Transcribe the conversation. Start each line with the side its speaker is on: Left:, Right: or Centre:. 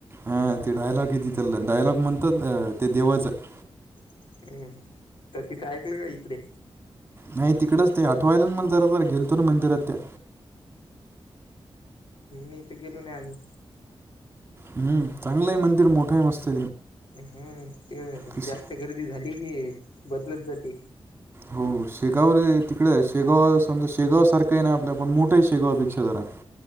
Right: हा ते डायलॉग किती तर डायलॉग म्हणतात ते देवाचं
Left: अ तर तिथं आहेतऐक ना का इकडे
Right: नाही तिकडेच ते आठवायला मग जरा जरा गेलतो ना मंदिरात त्या
Left: मीथ गेलो नाही आज
Right: हम्म चांगलंही मंदिर मोठं आहे मस्त
Left: हा ते
Right: ते
Left: जास्त गर्दी झाली की बदलत जाते
Right: हो शेगाव तिकडे शेगाव समजा शेगाव सारखं आहे ना आपल्या पण मोठं आहे शेगावपेक्षा जरा